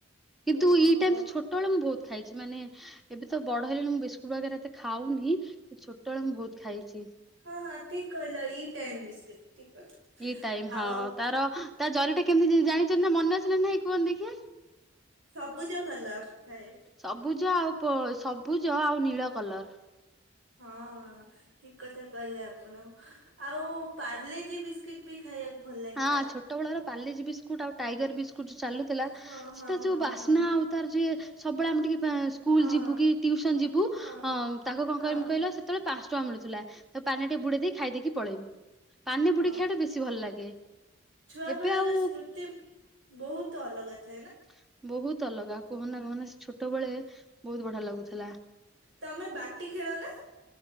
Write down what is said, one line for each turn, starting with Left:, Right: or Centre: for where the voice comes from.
Centre: କିନ୍ତୁ
Right: ଓହୋ
Centre: ଇ ଟାଇମ ତ ଛୋଟବେଳେ ମୁ ବହୁ ଖାଇଛି ମାନେ ଏବେ ତ ବଡ ହେଇଲେଣି ମୁଁ ବିସ୍କୁଟ ବଗେରା ଏତେ ଖାଉନି। ଛୋଟବେଳେ ମୁଁ ବହୁତ ଖାଇଛି
Right: ହଁ ହଁ ଠିକ କହିଲ ଇ ଟାଇମ ବିସ୍କିଟ ଠିକ କହିଲ
Centre: ଇ ଟାଇମ ହଁ
Right: ଆଉ
Centre: ତାର ତା ଜରି ଟା କେମିତି-ତି-ତି ଜାଣିଛନ୍ତି ନା ମନେ ଅଛି ନା ନାଇଁ କୁହନ୍ତି ଦେଖିଆ
Right: ସବୁଜ କଲର ଥାଏ।
Centre: ସବୁଜ ଆଉ ପ ସବୁଜ ଆଉ ନୀଳ କଲର।
Right: ହଁ ଠିକ କଥା କହିଲେ ଆପଣ। ଆଉ ପାର୍ଲେଜି ବିସ୍କିଟ ବି ଖାଇବାକୁ ଭଲ ଲାଗେ
Centre: ହଁ
Right: ନା
Centre: ଛୋଟ ବେଳର ପାଲେଜି ବିସ୍କୁଟ ଆଉ ଟାଇଗର ବିସ୍ କୁଟ ଯୋଉ ଚାଲୁଥିଲା।
Right: ହଁ
Centre: ସେଟା
Right: ହଁ
Centre: ଯୋଉ
Right: ହଁ
Centre: ବାସ୍ନା
Right: ହଁ ହଁ
Centre: ଆଉ ତାର ଯିଏ ସବୁବେଳେ ଆମ ଟିକେ ଏ ସ୍କୁଲ
Right: ହଁ
Centre: ଯିବୁ କି ଟିଉସନ ଯିବୁ ଅ
Right: ହଁ
Centre: ତାକୁ କଣ
Right: ହଁ
Centre: କରମି କହିଲ ସେତେବେଳେ ପାଞ୍ଚ ଟଙ୍କା ମିଳୁଥିଲା। ତାକୁ ପାନିରେ ଟିକେ ବୁଡେଇ ଦେଇ ଖାଇ ଦେଇେଇକି ପଳେଇମି। ପାନିବୁଡ଼େଇ
Right: ହଁ
Centre: ଖାଇବା ଟା ବେଶୀ ଭଲ ଲାଗେ।
Right: ଛୁଆ
Centre: ଏବେ
Right: ବେଳର
Centre: ଆଉ
Right: ସ୍ମୃତି, ବହୁତ ଅଲଗା ଥି
Centre: ହୁଁ। ବହୁତ ଅଲଗା କୁହନା କୁହନା ଛୋଟ ବେଳେ ବହୁତ ବଢିଆ ଲାଗୁଥିଲା।
Right: ତମେ ବାଟି ଖେଳ ନା